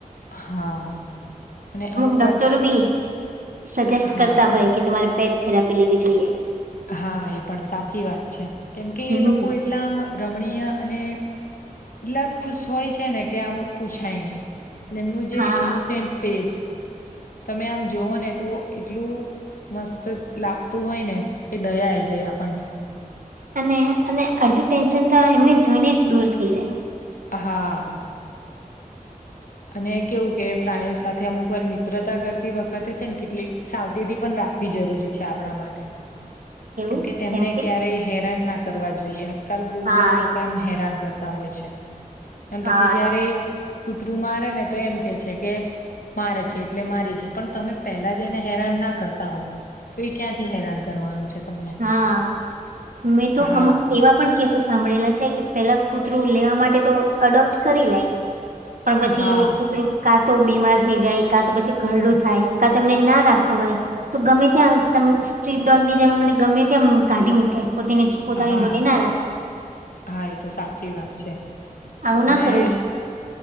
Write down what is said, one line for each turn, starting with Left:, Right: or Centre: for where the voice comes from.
Left: હા, અને અમુક
Right: ડોક્ટરો
Left: વાર તો
Right: બી સજેસ્ટ
Left: હા
Right: કરતા હોય કે તમારે પેટ થેરાપી લેવી જોઈએ.
Left: હા એ પણ સાચી વાત છે, કેમ કે
Right: હમ.
Left: એ લોકો એટલામ રમણીય અને એટલા ખુશ હોય છે ને કે આમ પૂછાય નહી અને એમનું જે
Right: હા
Left: ઈનોસેન્ટ ફેસ તમે આમ જોઓ ને તો એટલું મસ્ત લાગતું હોય ને કે દયા હ જય આપણને
Right: અને અને અડધું ટેન્શન તો એમને જોઈને જ દૂર થઈ જાય.
Left: હા અને કેવું કે પ્રાણીઓ સાથે અમુક વાર મિત્રતા કરતી વખતે છે ને કેટલીક સાવજેતી પણ રાખ વી જરૂરી છે આપણા માટે.
Right: એવું
Left: કેમકે તેમને
Right: જેમ કે
Left: ક્યારેય હેરાન ના કરવા જોઈએ આજકાલ બહુ
Right: હા
Left: જ લોકો એમ હેરાન કર ત હોય છે, અને
Right: હા
Left: પછી જયારે કૂતરું મારે ને તો એમ કે છે કે મારે છે એટલે મારી છે પણ તમે પહેલા જ એને હેરાન ના કરતા હોવ તો એ ક્યાંથી હેરાન કરવાનું છે. તમને
Right: હા મેં તો
Left: હા
Right: અમુક એવા પણ કેસો સાંભળેલા છે કે પેલા કુ તરું લેવા માટે તો એડોપ્ટ કરી લે પણ પછી
Left: હા
Right: કૂતરું ને તો બીમાર થઈ જાય, કાં તો પછી ઘરડું થાય કા તમને ના રાખવું હોય તો ગમે ત્યાં ત સ્ટ્રીટ ડોગ ની જે મને ગમે ત કાઢી મૂકાય પોને પોતાની
Left: હા
Right: જોડે ના રાખ
Left: હા એ તો સાચી વાત છે
Right: આવું ના
Left: અને
Right: કરવું જોઈએ.